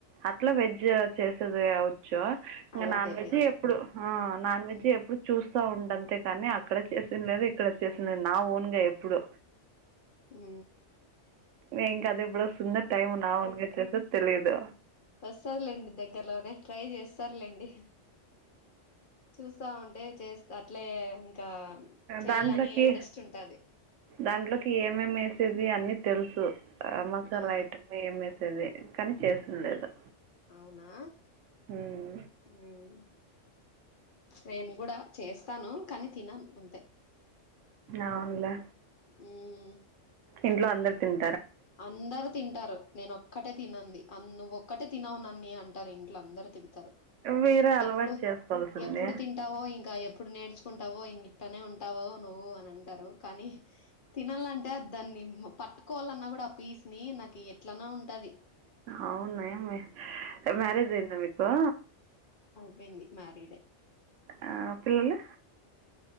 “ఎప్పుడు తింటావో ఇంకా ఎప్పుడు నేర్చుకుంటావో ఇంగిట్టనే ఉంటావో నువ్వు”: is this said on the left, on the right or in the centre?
Left